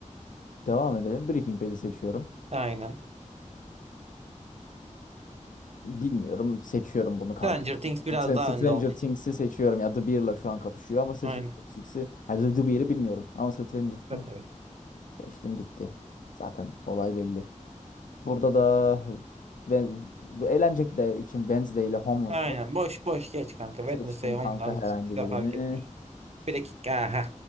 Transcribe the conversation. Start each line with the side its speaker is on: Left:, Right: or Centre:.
Left: Devam edelim. Breaking Bad'i seçiyorum.
Right: Aynen.
Left: Bilmiyorum. Seçiyorum bunu kanka.
Right: Stranger Things biraz
Left: Str-
Right: daha önde
Left: Stranger
Right: olduğu için.
Left: Things'i seçiyorum. Ya The Bear'la şu an kapışıyor ama Stranger
Right: Aynen.
Left: Things'i... Ya The The Bear'ı bilmiyorum. Ama Stranger Things
Right: Tabii tabii.
Left: seçtim gitti. Zaten olay belli. Burada da ve, eğlence de için Wednesday ile Homeland
Right: Aynen.
Left: var.
Right: Boş boş geç kanka. Wednesday
Left: Seçtim
Right: Homeland
Left: kanka herhangi
Right: ikisi de
Left: birini.
Right: fark etmiyor. Bir dakika. Aha.